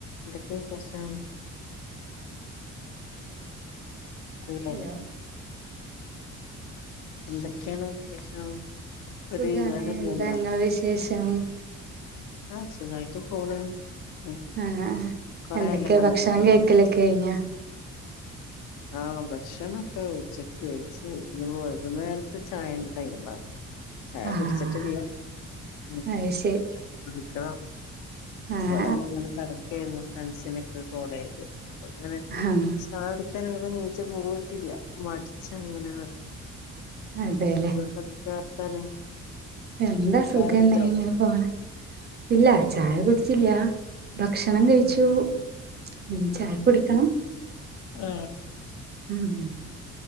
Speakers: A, on the left; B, on the right.
A: എന്തക്കെ വിശേഷം? <unintelligible>
B: ഹലോ
A: എന്തൊക്കേണ് വിശേഷം?
B: സുഖാണ്
A: ഒരു വിവരല്ലല്ലോ
B: എന്താ ഇങ്ങള വിശേഷം?
A: ആ സുഖായിട്ട് പോണ് ഉം
B: ആ ആ
A: കൊറെയായല്ലോ
B: എന്തൊക്കെ
A: കണ്ടിട്ട്
B: ഭക്ഷണം കയിക്കലൊക്കെയിഞ്ഞോ
A: ആ ഭക്ഷണൊക്കെ ഉച്ചക്ക് കഴിച്ച് ഇനി വൈകുന്നേരത്ത് ഛായെന്ത് ത്തേലും വേണം ഛായ
B: ആഹ്
A: കുടിച്ചിട്ടില്ല്യ ഉം
B: അത് ശരി
A: കുടിച്ചതാ
B: ആഹ്
A: ഇവടങ്ങനെ കെടക്കായിരുന്നു ഫ്രണ്ട്സിനൊക്കെ കോളൈത് അപ്പൊങ്ങനെ
B: ആഹ് ആഹ്
A: ഛായൊടിക്കാന്ങ്ങ്ട് നി ച്ച് പോയിട്ടില്ല മടിച്ചങ്ങനെ
B: അതെല്ലേ
A: കെട ന്താ വർത്താനം
B: എന്താ
A: ചായ
B: സുഖന്നെ
A: കുടിച്ചോ
B: ഇങ്ങനെ പോണ് ഇല്ല ചായ കുടിച്ചില്ല ഭക്ഷണം കഴിച്ചു
A: ഉം.
B: ഇനി ഛായ കുടിക്കണം
A: ആ
B: ഉം മ്മ്